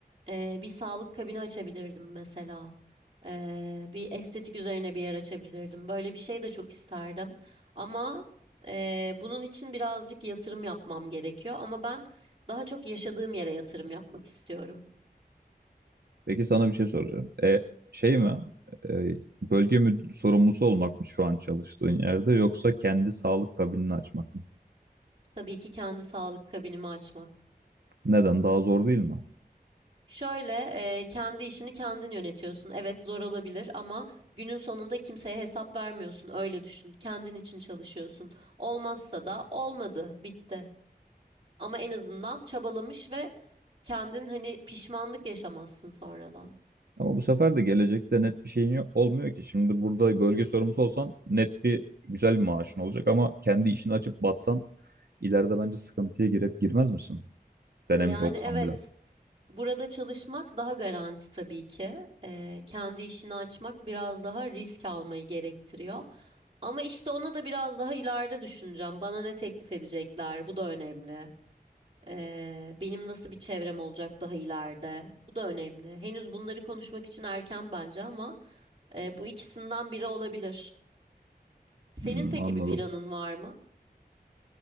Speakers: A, on the right; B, on the right.
A: Ee, bir sağlık kabini açabilirdim mesela. Ee, bir estetik üzerine bir yer açabilirdim. Böyle bir şey de çok isterdim. Ama e, bunun için birazcık yatırım yapmam gerekiyor. Ama ben daha çok yaşadığım yere yatırım yapmak istiyorum.
B: Peki sana bir şey soracağım. E, şey mi? E, bölge müdür sorumlusu olmak mı şu an çalıştığın yerde yoksa kendi sağlık kabinini açmak mı?
A: Tabii ki kendi sağlık kabinimi açmak.
B: Neden? Daha zor değil mi?
A: Şöyle e, kendi işini kendin yönetiyorsun. Evet zor olabilir ama günün sonunda kimseye hesap vermiyorsun. Öyle düşün. Kendin için çalışıyorsun. Olmazsa da olmadı, bitti. Ama en azından çabalamış ve kendin hani pişmanlık yaşamazsın sonradan.
B: Ama bu sefer de gelecekte net bir şeyin yok, olmuyor ki. Şimdi burada bölge sorumlusu olsan net bir güzel bir maaşın olacak ama kendi işini açıp batsan ileride bence sıkıntıya girip girmez misin? Denemiş
A: Yani
B: olsan
A: evet
B: bile.
A: burada çalışmak daha garanti tabii ki. E, kendi işini açmak biraz daha risk almayı gerektiriyor. Ama işte onu da biraz daha ileride düşüneceğim. Bana ne teklif edecekler? Bu da önemli. Ee, benim nasıl bir çevrem olacak daha ileride? Bu da önemli. Henüz bunları konuşmak için erken bence ama e, bu ikisinden biri olabilir. Senin
B: Hmm,
A: peki
B: anladım.
A: bir planın var mı?